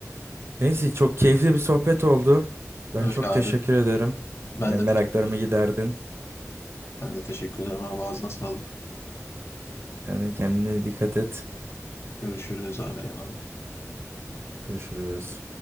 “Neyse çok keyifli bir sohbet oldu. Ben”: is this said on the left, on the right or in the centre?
Right